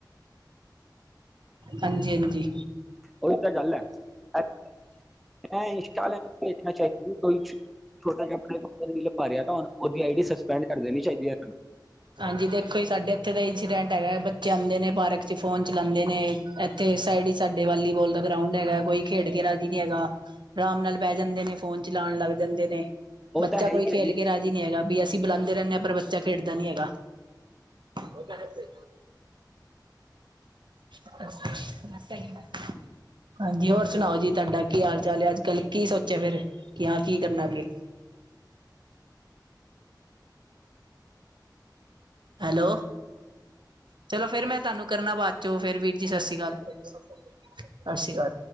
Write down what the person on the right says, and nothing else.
ਹਾਂਜੀ ਹਾਂਜੀ।
ਹਾਂਜੀ ਦੇਖੋ ਜੀ ਸਾਡੇ ਇੱਥੇ ਦਾ ਇੰਸੀਡੈਂਟ ਹੈਗਾ ਬੱਚੇ ਆਉਂਦੇ ਨੇ ਪਾਰਕ ਚ ਫੋਨ ਚਲਾਉਂਦੇ ਨੇ ਇੱਥੇ ਸਾਈਡ ਹੀ ਸਾਡੇ ਵਾਲੀਬਾਲ ਦਾ ਗਰਾਉਂਡ ਹੈਗਾ ਕੋਈ ਖੇਡ ਕੇ ਰਾਜੀ ਨਹੀਂ ਹੈਗਾ। ਆਰਾਮ ਨਾਲ ਬਹਿ ਜਾਂਦੇ ਨੇ ਫੋਨ ਚਲਾਉਣ ਲੱਗ ਜਾਂਦੇ ਨੇ,
ਬੱਚਾ
ਕੋਈ
ਖੇਲ
ਕੇ ਰਾਜ਼ੀ ਨਹੀਂ ਹੈਗਾ ਵੀ ਅਸੀਂ ਬੁਲਉ ਰਹਿੰਦੇ ਪਰ ਬੱਚਾ ਖੇਡਦਾ ਨੀ ਹੈਗਾ, ਉਹ ਤੇ ਹੈ <inaudible> ਹਾਂਜੀ ਹੋਰ ਸੁਣਾਓ ਜੀ ਤੁਹਾਡਾ ਕੀ ਹਾਲ ਚਾਲ ਹੈ? ਅੱਜ ਕੱਲ੍ਹ ਕੀ ਸੋਚਿਆ ਫਿਰ ਕਿ ਆ ਕੀ ਕਰਨਾ ਅੱਗੇ ਹੈਲੋ। ਚਲੋ ਫੇਰ ਮੈਂ ਤੁਹਾਨੂੰ ਕਰਨਾ ਬਾਅਦ ਚੋਂ ਫੇਰ ਵੀਰ ਜੀ ਸਸ ਸੀ ਅਕਾਲ ਸਸ ਸੀ ਅਕਾਲ।